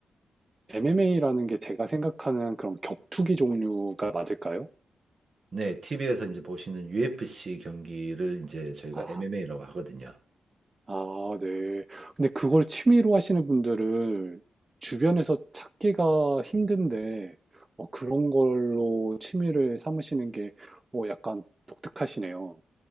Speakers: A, on the right; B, on the right.
A: MMA라는 게 제가 생각하는 그런 격투기 종류가 맞을까요?
B: 네, TV에서 이제 보시는 UFC 경기를 이제 저희가
A: 아,
B: MMA라고 하거든요.
A: 아, 네. 근데 그걸 취미로 하시는 분들을 주변에서 찾기가 힘든데, 어, 그런 걸로 취미를 삼으시는 게 어, 약간 독특하시네요.